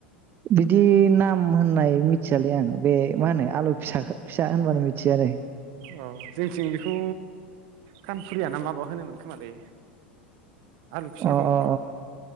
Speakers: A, on the right (about 35°); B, on the right (about 55°).
A: बिदि नाम होननाय मिथियालै आं । बे मा होनो आलु फिसाखो फिसा होनबानो मिथियो आरो
B: अ जोंथिं बेखौ खानफुरिया ना माबा होनोमोन खोमालै आलु
A: अ
B: फिसाखौ
A: अ